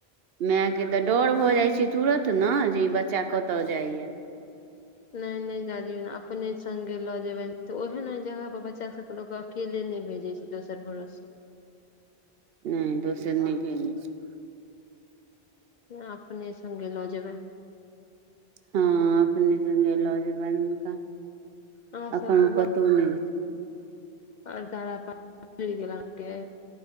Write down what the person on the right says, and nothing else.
मायके तऽ डर भऽ जाय छी तुरंत ने जे ई बच्चा कतय जाइया
नहि दोसर नहि भेजै छै।
हँ, अपने सगे लऽ जेबनि हुनका
अखन
कतहु नहि